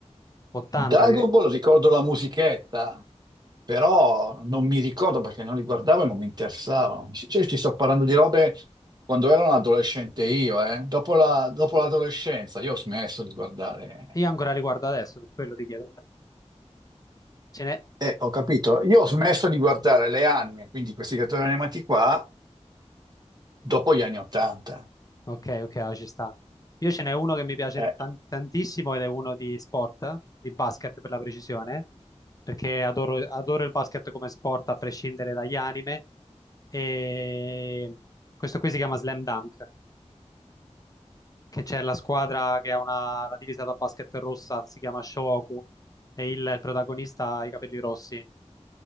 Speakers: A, on the left; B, on the right.
A: 80,
B: Dragon
A: di-
B: Ball ricordo la musichetta, però non mi ricordo perché non li guardavo e non mi interessavano. Cioè, ti sto parlando di robe quando ero un adolescente io, eh. Dopo la- dopo l'adolescenza io ho smesso di guardare.
A: io ancora li guardo adesso, per quello ti chiedo. Ce n'è...
B: Eh, ho capito. Io ho smesso di guardare le anime, quindi questi cartoni animati qua, dopo gli anni Ottanta.
A: Ok, ok, ah, ci sta. Io ce n'è uno che mi piace
B: Eh,
A: tan- tantissimo ed è uno di sport, di basket per la precisione, perché adoro, adoro il basket come sport a prescindere dagli anime. E questo qui si chiama Slam Dunk, che c'è la squadra che ha una, la divisa da basket rossa, si chiama Shohoku, e il protagonista ha i capelli rossi.